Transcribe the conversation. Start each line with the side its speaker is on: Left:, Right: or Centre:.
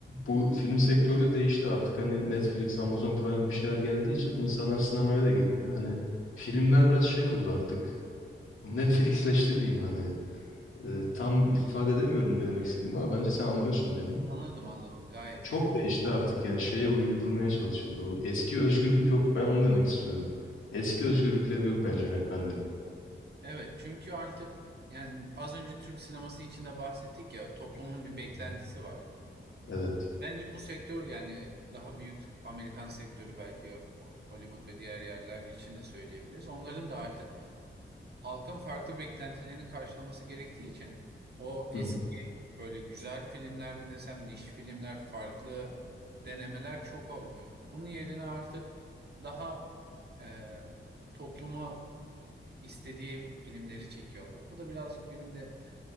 Left: bu film sektörü de değişti artık hani Netflix, Amazon Prime gibi şeyler geldiği için insanlar sinemaya da gitmiyor. Hani filmler biraz şey oldu artık. O Netflixleşti diyeyim hani. E, tam ifade edemiyorum ne demek istediğimi ama bence sen anlıyorsun beni.
Right: anladım anladım gayet
Left: Çok
Right: iyi anladım.
Left: değişti artık yani şeye uydurmaya çalışıldı. O eski özgürlük yok ben onu demek istiyorum. Eski özgürlükleri yok bence yönetmenlerin.
Right: Evet çünkü artık yani az önce Türk sineması içinde bahsettik ya toplumun bir beklentisi
Left: Hı hı.
Right: var.
Left: Evet.
Right: Bence bu sektör yani daha büyük Amerikan sektörü belki Hollywood ve diğer yerler için de söyleyebiliriz. Onların da artık halkın farklı beklentilerini karşılaması gerektiği için o eski
Left: Hı hı.
Right: böyle güzel filmler mi desem niş filmler farklı denemeler çok olmuyor. Onun yerine artık daha e, topluma istediği filmleri çekiyorlar. Bu da birazcık benim de